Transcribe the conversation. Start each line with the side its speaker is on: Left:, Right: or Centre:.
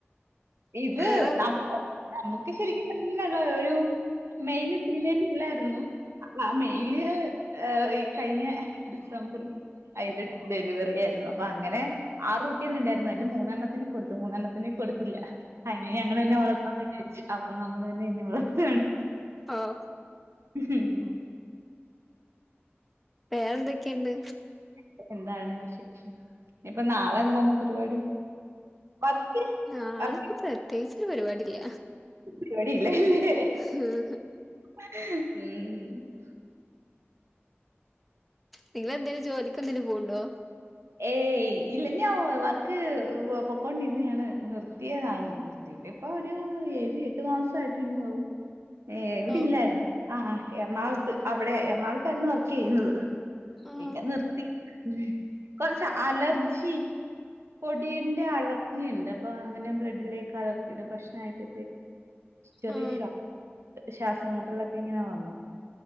Right: ഇത്
Centre: ഞങ്ങള്
Right: നമ് നമ്മക്ക് ശരിക്കും നല്ലതാ ഒരു മെയ്ലും ഫീമെയിലും ഇല്ലാരുന്നു ആഹ് മെയില് ഏ ഈ കഴിഞ്ഞ ഡിസംബറില് അയിന്റെ ഡെലിവറി ആയിരുന്നു അപ്പൊ അങ്ങനെ ആറൂ കുട്ട്യല്ണ്ടായിരുന്നു അയ്ല് മൂന്നെണ്ണത്തിനെ കൊടുത്തു മൂന്നെണ്ണത്തിനെ കൊടുത്തില്ല അയ്നെ ഞങ്ങളന്നെ വളർത്താന് വിചാരിച്ചു അ പ്പൊ നമ്മളന്നയ്നെ വളർത്ത്ഹാണ്
Centre: ആഹ്
Right: ഉംഹ്
Centre: വേറെന്തൊക്കെയ്ണ്ട്
Right: പ്പ എന്താണ് വിശേഷം ഇനീപ്പൊ നാളെയെന്താണ് പരിപാടി വർക്ക്
Centre: നാളെക്കെ
Right: വർക്ക്
Centre: പ്രത്യേകിച്ചൊര് പരിപാടില്ല
Right: പയ്പാടി ഇല്ലഹ് ഇല്ലേ
Centre: ഹ് ഹും
Right: <unintelligible> ഉം
Centre: നിങ്ങളെന്തേലും ജോലിക്കെന്തേലും പോവുണ്ടോ
Right: ഏയ് ഇല്ല ഞാൻ വർക്ക് പൊക്കൊണ്ടിരുന്നയാണ് നിർത്തിയതാണ് ഇതിപ്പൊ ഒരു ഏഴ് എട്ട് മാസായിട്ട്ണ്ടാവും ഏഹ് ഇവിടെ
Centre: ഓ
Right: ഇല്ലായിരുന്നു ആഹ് എറണാകൊളത്ത് അവിടെ എറണാകൊളത്തായിരുന്നു വർക്കെയ്തത്
Centre: ആ
Right: പിന്നെ നിർത്തി മ് കൊറച്ച് അലർജി പൊടീന്റെ അലർജിയിണ്ട് അപ്പൊ അങ്ങനെ ബ്ലഡിലേക്ക് അലർജിയുടെ പ്രശ്നായിട്ട് ചെറിയേ
Centre: ആ
Right: ശ്വാസംമുട്ടലൊക്കെ ഇങ്ങനെ വന്നു